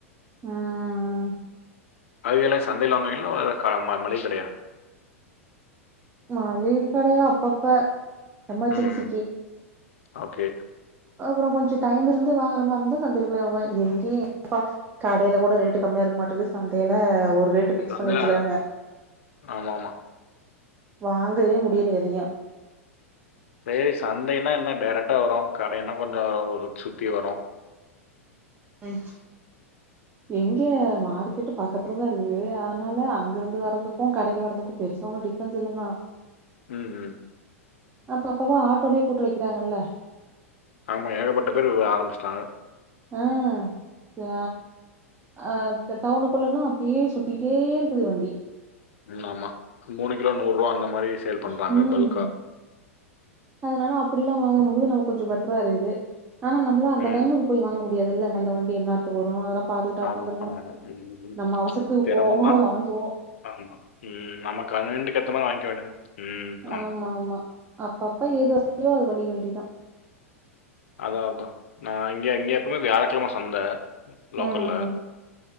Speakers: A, on the right (about 20°); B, on the left (about 65°).
A: ம்
B: காய்கல்லா சந்தைல வாங்குவீங்களா க ம ம மளிகை கடையா
A: மளிகை கடையா அப்பப்ப எமர்ஜென்சிக்கி
B: ம் ஓகே
A: அப்புறோ கொஞ்ச டைம் இருந்து வாங்குற மாரி இருந்தா சந்தையில போய் வாங்குவ எங்கேயு ப கடைல கூட ரேட்டு் கம்மியா இருக்குமாட்டுருக்கு சந்தைல ஒரு ரேட்டு ஃபிக்ஸ்
B: சந்தையில்
A: பண்ணி வச்சுக்கிறாங்க
B: ஆமா ஆமா
A: வாங்கவே முடில எதையு
B: சேரி சந்தைனா என்ன டேரக்டா வரு கடைனா கொஞ்சோ சுத்தி வரு
A: ம் எங்க மார்க்கெட்டு பக்கத்துல தா இருக்குது அதனால அங்க இருந்து வர்துக்கும் கடைக்கு வரதுக்கு பெருசா ஒன்னு டிஃப்பன்ஸ் இல்லதா
B: ம் ம்
A: அப்ப அப்பவு ஆட்டோலேயே போட்டு வக்கிறாங்கல்ல
B: ஆமா ஏகப்பட்ட பேரு ஆரம்பிச்சிட்டாங்க
A: ம் ஆ அ த டவுனுக்குள்ளல்லா அப்டியே சுத்திக்கிட்டே இருக்குது வண்டி
B: ம் ஆமா மூணு கிலோ நூறுவா அந்த மாரி சேல் பண்றாங்க
A: ம்.
B: பல்கா
A: அதனால அப்டிலா வாங்கும்போது நமக்கு கொஞ்ச பெட்டரா இருக்குது ஆனா நம்மள அந்த
B: ம்
A: டைமுக்கு போய் வாங்க முடியாது இல்ல அந்த வண்டிய த்த போறோ அதெல்லா பாத்துக்கிட்டா ஒக்காந்துருக்க
B: ஆமா
A: முடியு
B: ஆமா ம், ம்.
A: நம்ம அவசரத்துக்கு
B: சிரமம்தான்
A: போவோ வாங்குவோ
B: ஆமா ம் நமக்கு கண்வீனியன்ட்டு எத்த மாரி வாங்கிக்க வேண்டியதா ம்
A: ஆமா ஆமா அப்ப அப்ப ஏது வசதியோ அத பண்ணிக்க வேண்டியதா
B: அதா ஆவட்டு நா இங்கே அங்கே எப்பவுமே வியாழக்கிழம சந்த லோக்கல்ல
A: ம்ஹ்ம்.